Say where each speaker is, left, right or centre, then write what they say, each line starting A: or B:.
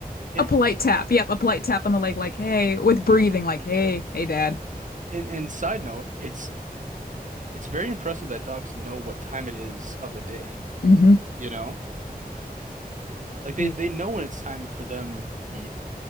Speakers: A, on the right (about 55°); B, on the left (about 70°).
A: And
B: A polite tap. Yep, a polite tap on the leg, like, hey, with breathing, like, hey, hey, dad.
A: and and side note, it's it's very impressive that dogs know what time it is of the day,
B: Mm-hmm.
A: you know? Like they
B: They-
A: they know when it's time for them to eat.